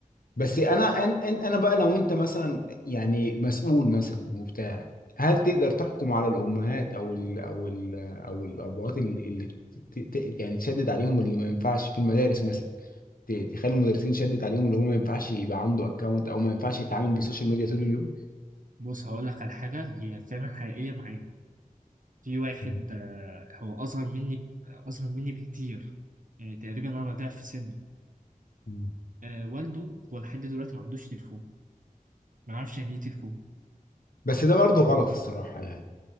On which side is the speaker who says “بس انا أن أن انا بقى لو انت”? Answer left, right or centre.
Left